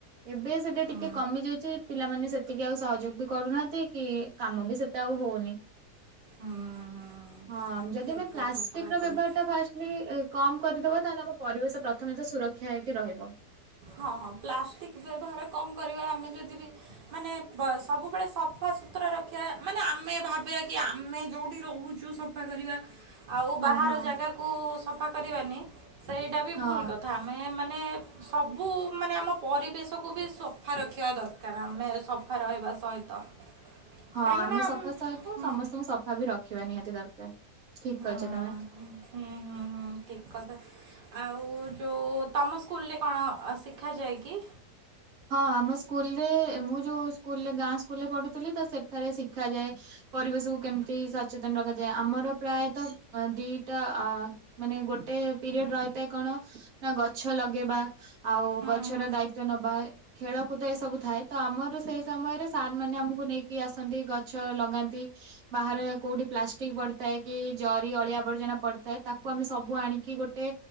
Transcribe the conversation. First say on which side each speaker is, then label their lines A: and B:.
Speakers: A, on the right; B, on the right.
A: ଏବେ ସେଇଟା
B: ହୁଁ
A: ଟିକେ କମିଯାଇଛି ପିଲାମାନେ ସେତିକି ଆଉ ସହଯୋଗ ବି କରୁନାହାନ୍ତି କି କାମ ବି ସେତେ ଆଉ ହଉନି
B: ହୁଁ ହୁଁ
A: ହଁ
B: ଠିକ୍
A: ଯି ପ୍ଲାଷ୍ଟିକ
B: କଥା ପୁରା
A: ର
B: କହିଛୁ।
A: ବ୍ୟବହାର ଟା ଫା କ କରିଦବ ତାହେଲେ ଆମ ପରିବେଶ ପ୍ରଥମେତ ସୁରକ୍ଷା ହେଇକି ରହିବ‌।
B: ହଁ ହଁ ପ୍ଲାଷ୍ଟିକ୍ ବ୍ୟବହାର କମ କରିବା। ଆମେ ଯଦି ବି ମାନେ ସବୁବେଳେ ସଫା ସୁୁତୁରା ରଖିବା। ମାନେ ଆମେ ଭାବିବା କି ଆମେ ଯେଉଁଠି ରହୁଛୁ ସଫା କରିବା। ଆଉ
A: ହଁ
B: ବାହାର
A: ହଁ।
B: ଜାଗାକୁ ସଫା କରିବାନି। ସେଇଟା ବି
A: ହଁ
B: ଭୁଲ କଥା ଆମେ ମାନେ ସବୁ ମାନେ ଆମ ପରିବେଶକୁ ବି ସଫା ରଖିବା ଦରକାର। ଆମେ ସଫା ରହିବା ସହିତ
A: ହଁ
B: କାହିଁକିନା
A: ଆମେ
B: ଆମ
A: ସଫା ସହିତ
B: ହୁଁ
A: ସମସ୍ତଙ୍କୁ ସଫା ବି ରଖିବା ନିହାତି ଦରକାର। ଠିକ
B: ହୁଁ
A: କହିଛ ତମେ।
B: ହୁଁ ହୁଁ ହୁଁ ଠିକ କଥା ଆଉ। ଓ ଯେଉଁ ତମ ସ୍କୁଲରେ କଣ ଶିଖାଯାଏ କି?
A: ହଁ ଆମ ସ୍କୁଲରେ ମୁଁ ଯୋଉ ସ୍କୁଲ ଗାଁ ସ୍କୁଲରେ ପଢୁଥିଲି। ତ ସେଠାରେ ଶିଖାଯାଏ ପରିବେଶକୁ କେମିତି ସଚେତନ ରଖାଯାଏ। ଆମର ପ୍ରାୟତଃ ଦିଟା ମାନେ ଗୋଟେ ପିରିୟଡ଼ ରହିଥାଏ। କଣ ନା ଗଛ ଲଗେଇବା ଆଉ
B: ହୁଁ
A: ଗଛର
B: ହୁଁ
A: ଦାୟିତଵ ନେବା। ଖେଳକୁଦ ଏ ସବୁ ଥାଏ ତ ଆମର ସେଇ ସମୟରେ ସାର୍ ମାନେ ଆମକୁ ନେଇକି ଆସନ୍ତି ଗଛ ଲଗାନ୍ତି ବାହାରେ କୋଉଠି ପ୍ଲାଷ୍ଟିକ ପଡିଥାଏ କି ଜରି ଅଳିଆ ଆବର୍ଜନା ପଡିଥାଏ। ତାକୁ ଆମେ ସବୁ ଆଣିକି ଗୋଟେ